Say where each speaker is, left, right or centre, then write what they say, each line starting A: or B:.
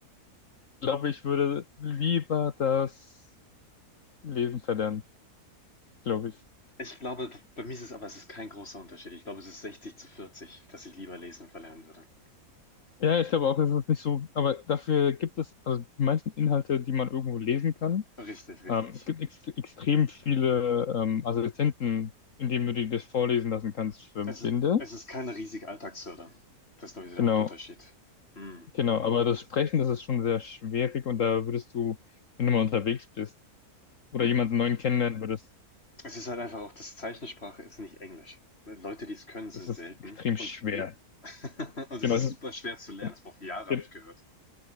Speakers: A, on the left (about 60°); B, on the left (about 40°).
A: glaube, ich würde lieber das Lesen verlernen, glaube ich.
B: ich glaube, bei mir ist es aber, es ist kein großer Unterschied. Ich glaube, es ist 60 zu 40, dass ich lieber Lesen verlernen würde.
A: Ja, ich glaube auch, es ist nicht so, aber dafür gibt es, also die meisten Inhalte, die man irgendwo lesen kann.
B: Richtig, richtig.
A: Ähm, es gibt ex extrem viele ähm, Assistenten, in denen du dir das vorlesen lassen kannst für Blinde.
B: Es i- es ist keine riesige Alltagshürde. Das ist, glaube ich, so der
A: Genau,
B: Hauptunterschied. Hm.
A: genau. Aber das Sprechen, das ist schon sehr schwierig und da würdest du, wenn du mal unterwegs bist oder jemanden neuen kennenlernen würdest,
B: Es ist halt einfach auch, das Zeichensprache ist nicht Englisch. Leute, die es können, sind
A: das ist
B: selten.
A: extrem
B: Und,
A: schwer.
B: je <laughs> und
A: Genau,
B: es ist
A: es ist,
B: super schwer zu lernen.
A: genau.
B: Es braucht Jahre,
A: <laughs>
B: habe ich gehört.